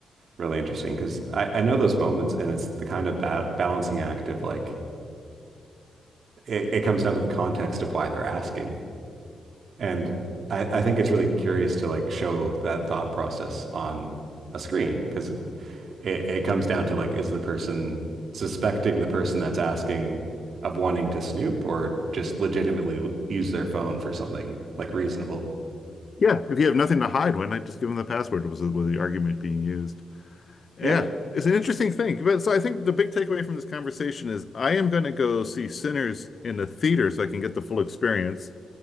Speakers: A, on the right (about 65°); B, on the left (about 50°).
A: really interesting because I, I know those moments and it's the kind of ba balancing act of like it, it comes down to the context of why they're asking. And I, I think it's really curious to like show that thought process on a screen because it, it comes down to like, is the person suspecting the person that's asking of wanting to snoop or just legitimately use their phone for something like reasonable?
B: Yeah, if you have nothing to hide, why not just give them the password? Was was the argument being used? Yeah,
A: Yeah.
B: it's an interesting thing. But so I think the big takeaway from this conversation is I am going to go see Sinners in the theater so I can get the full experience.